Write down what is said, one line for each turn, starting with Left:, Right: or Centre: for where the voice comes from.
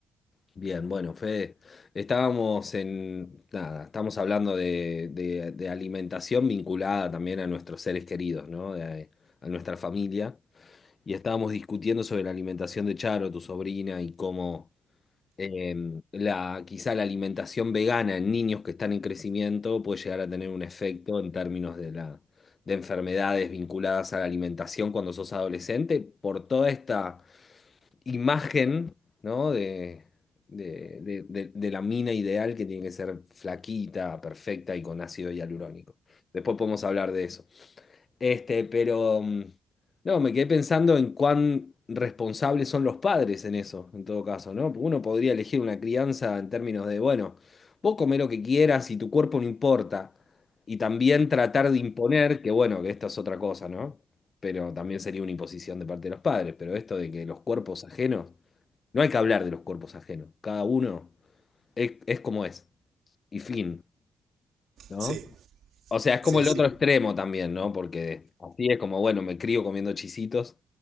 Left: Bien, bueno, Fede, estábamos en, nada, estamos hablando de, de- de alimentación vinculada también a nuestros seres queridos, ¿no? De- a nuestra familia. Y estábamos discutiendo sobre la alimentación de Charo, tu sobrina, y cómo, em, la, quizá la alimentación vegana en niños que están en crecimiento puede llegar a tener un efecto en términos de la, de enfermedades vinculadas a la alimentación cuando sos adolescente, por toda esta imagen, ¿no? de, de, de- de- de la mina ideal que tiene que ser flaquita, perfecta y con ácido hialurónico. Después podemos hablar de eso. Este, pero mm, no, me quedé pensando en cuán responsables son los padres en eso, en todo caso, ¿no? Porque Uno podría elegir una crianza en términos de, bueno, vos comé lo que quieras y tu cuerpo no importa. Y también tratar de imponer, que bueno, que esto es otra cosa, ¿no? Pero también sería una imposición de parte de los padres, pero esto de que los cuerpos ajenos, no hay que hablar de los cuerpos ajenos, cada uno es, es como es, y fin, ¿no?
Right: Sí,
Left: O sea, es
Right: sí,
Left: como el
Right: sí.
Left: otro extremo también, ¿no? Porque así es como, bueno, me crío comiendo chisitos